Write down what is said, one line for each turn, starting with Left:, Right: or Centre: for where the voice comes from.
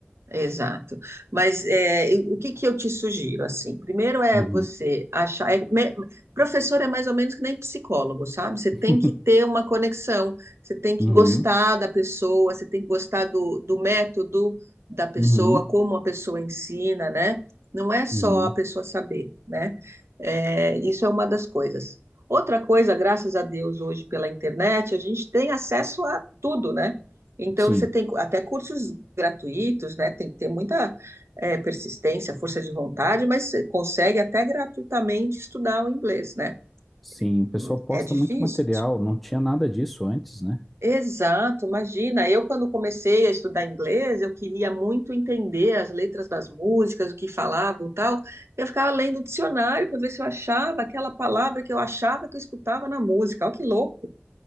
Right: Exato. Mas é, eu- o que que eu te sugiro, assim? Primeiro é
Centre: Uhum.
Right: você achar... é me- professor é mais ou menos que nem psicólogo, sabe? Você tem
Centre: <laughs>
Right: que ter uma conexão, você tem que
Centre: Uhum.
Right: gostar da pessoa, você tem que gostar do, do método da pessoa,
Centre: Uhum.
Right: como a pessoa ensina, né? Não é só
Centre: Uhum.
Right: a pessoa saber, né? É, isso é uma das coisas. Outra coisa, graças a Deus, hoje pela internet, a gente tem acesso a tudo, né? Então,
Centre: Sim,
Right: você tem até cursos gratuitos, né? Tem que ter muita eh, persistência, força de vontade, mas você consegue até gratuitamente estudar o inglês, né?
Centre: sim. O pessoal
Right: Hum,
Centre: posta
Right: É difícil.
Centre: muito material, não tinha nada disso antes, né?
Right: Exato, imagina. Eu, quando comecei a estudar inglês, eu queria muito entender as letras das músicas, o que falavam e tal. Eu ficava lendo o dicionário para ver se eu achava aquela palavra que eu achava que eu escutava na música. Olha que louco.